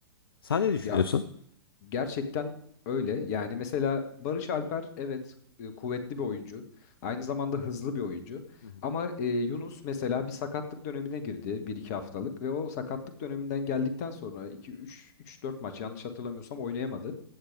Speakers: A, on the left (about 65°); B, on the left (about 40°).
A: Sen ne düşünüyorsun?
B: Ya Gerçekten öyle. Yani mesela Barış Alper evet e, kuvvetli bir oyuncu. Aynı zamanda hızlı bir oyuncu.
A: Hı hı.
B: Ama e, Yunus mesela bir sakatlık dönemine girdi bir iki haftalık ve o sakatlık döneminden geldikten sonra iki üç üç dört maç yanlış hatırlamıyorsam oynayamadı.